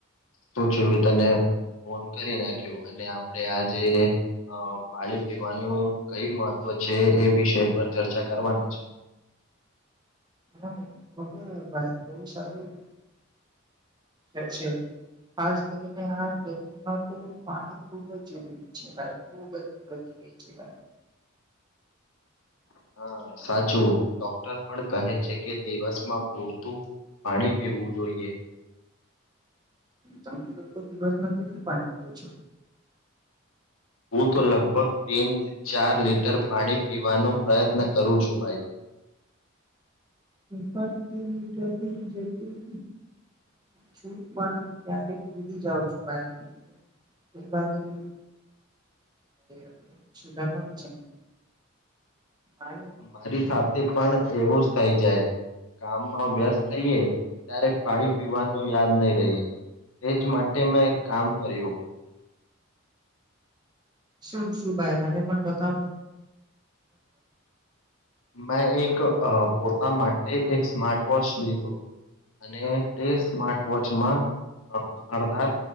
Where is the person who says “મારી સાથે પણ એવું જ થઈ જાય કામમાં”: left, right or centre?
Left